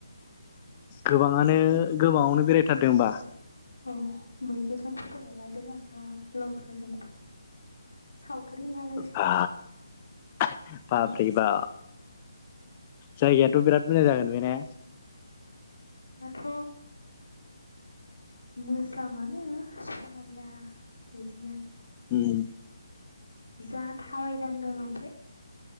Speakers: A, on the left; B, on the left.
A: गोबाङानो गोबावनो बेरायथारदों होमबा
B: औ मैदेरजों फट लालायदों आंहा लख्राजों सावगारि लालायदों
A: बा बा
B: औ
A: बारे बा जायगायाथ बिराद मोजां जागोन बे ने
B: थ मोजाङानो समायना बिदिनो
A: उम
B: <inaudible> जा। थाबायनांदों ओमफ्राय।